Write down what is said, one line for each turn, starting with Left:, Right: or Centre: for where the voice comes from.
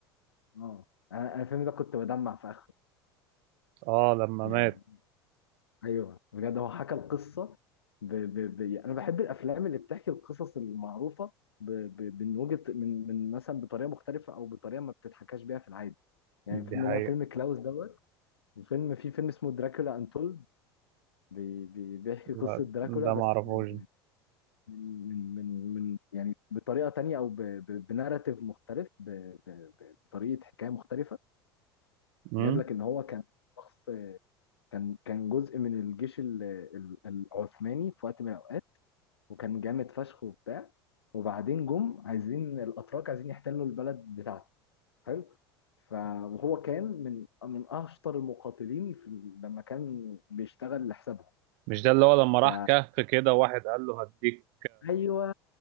Left: اه انا أنا الفيلم ده كنت بدمع في اخره
Right: اه لما
Left: يعني
Right: مات
Left: ايوه بجد هو حكى القصه ب... ب... ب... يعني انا بحب الافلام اللي بتحكي القصص المعروفه ب... ب... من وجهه من من مثلا بطريقه مختلفه او بطريقه ما بتتحكاش بيها في العادي يعني في
Right: دي
Left: منها
Right: حقيقة
Left: فيلم كلاوس دوت وفيلم في فيلم اسمه دراكولا انتولد بي... بي... بيحكي قصه
Right: لا
Left: دراكولا
Right: ده
Left: بس
Right: ما اعرفوش
Left: من من من من من يعني بطريقه تانية او ب- ب- بناراتيف مختلف ب- ب- ب- بطريقه حكايه مختلفه
Right: مم؟
Left: جايب لك ان هو كان شخص كان كان جزء من الجيش ال- ال- العثماني في وقت من الاوقات وكان جامد فشخ وبتاع وبعدين جم عايزين الاتراك عايزين يحتلوا البلد بتاعته حلو ف- وهو كان من من اشطر المقاتلين في ال- لما كان بيشتغل لحسابهم
Right: مش ده اللي هو لما راح
Left: ف
Right: كهف كده واحد قال له هديك
Left: ايوه